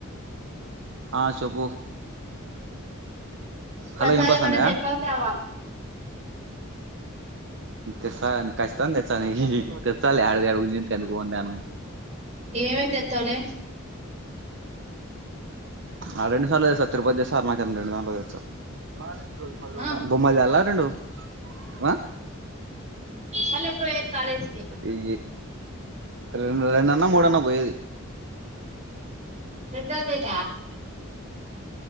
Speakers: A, on the right; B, on the right.
A: ఆ చెప్పు
B: ప్రసాదం
A: హలో వినిపిస్తుందా
B: గాని తేత్తవా తేవా
A: తెస్తా కచ్చితంగా తెస్తా ఇ తెస్తాలే హడ తేడు <unintelligible>
B: ఏమేం తెత్తావులే
A: ఆ రెండుసార్లు తెస్తా తిరుపతిదే సారు మంచిగా అళ్లు తెస్తారు <unintelligible>
B: ఆ
A: బొమ్మలు తేవాలా రెండు ఆ
B: మల్ల ఎప్పుడు పోఏది కాలేజీకి
A: ఈ రెండు రెండు అన్న మూడు అన్న పోయేది
B: రెండు <unintelligible>